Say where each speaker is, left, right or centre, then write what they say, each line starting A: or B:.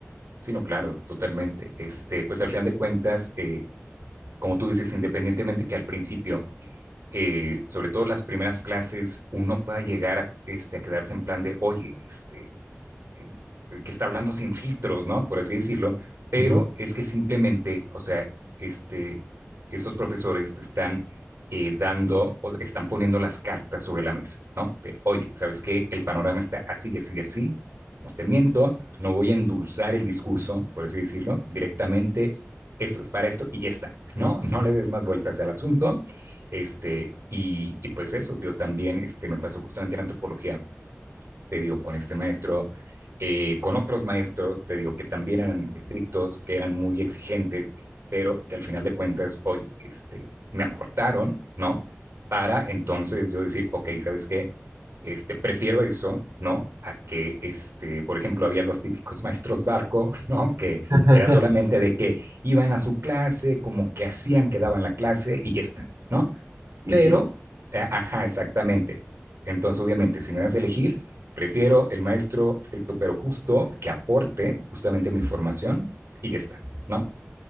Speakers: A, on the right; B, on the right.
A: Sí, no, claro, totalmente. Este, pues al final de cuentas, eh, como tú dices, independientemente que al principio, eh, sobre todo las primeras clases, uno pueda llegar a, este, a quedarse en plan de, oye, este, que está hablando sin filtros, ¿no? Por así decirlo, pero
B: Ujú.
A: es que simplemente, o sea, este, estos profesores te están eh, dando, o están poniendo las cartas sobre la mesa, ¿no? De, Oye, ¿sabes qué? El panorama está así, así, así, no te miento, no voy a endulzar el discurso, por así decirlo, directamente, esto es para esto y ya está, ¿no? No le des más vueltas al asunto. Este, y, y pues eso, tío, también este, me pasó justamente en antropología te digo, con este maestro, eh, con otros maestros, te digo, que también eran estrictos, que eran muy exigentes, pero que al final de cuentas, oye, este, me aportaron, ¿no? Para entonces yo decir, ok, ¿sabes qué? Este, prefiero eso, ¿no? A que, este, por ejemplo, había los típicos maestros barco, <laughs> ¿no? Que
B: <laughs>
A: era solamente de que iban a su clase, como que hacían que daban la clase y ya está, ¿no?
B: Y
A: Pero,
B: sí,
A: eh, ajá, exactamente. Entonces, obviamente, si me das a elegir, prefiero el maestro estricto pero justo que aporte justamente a mi formación y ya está, ¿no?